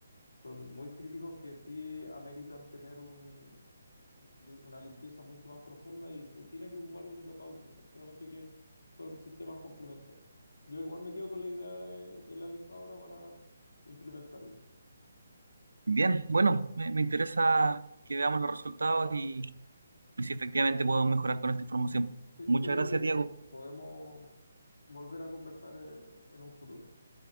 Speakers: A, on the left; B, on the right.
A: son muy críticos que sí ameritan tener un, un li- una limpieza mucho más profunda y se tiene que ocupar el decapado químico, solamente que son sistemas complementarios. Yo igual me quedo con la idea de, de la lijadora para implementarla.
B: Bien, bueno, me, me interesa que veamos los resultados y, y si efectivamente podemos mejorar con esta información.
A: Sí,
B: Muchas
A: yo creo
B: gracias,
A: que po-
B: Diego.
A: podemos volver a conversar eh, en un futuro.